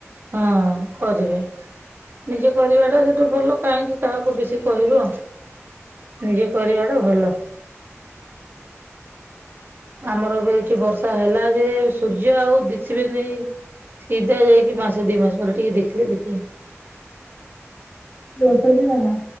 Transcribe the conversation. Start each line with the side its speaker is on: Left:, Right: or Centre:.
Right: ହଁ କରିବେ ନିଜେ କରିବାଟା ସେଠୁ ଭଲ କାହିଁକି କାହାକୁ ବେଶି କହିବ ନିଜେ କରିବା ଟା ଭଲ ଆମର ଏ ଏଇଠି ବର୍ଷା ହେଲା ଯେ ସୂର୍ଯ୍ୟ ଆଉ ଦିଶିବେନି ସିଧା ଯାଇକି ମାସ ଦି ମାସ ପରେ ଟିକେ ଦେଖିଲେ ଦେଖିଲେ
Left: ଦୋଶ ଦିନ ହେନା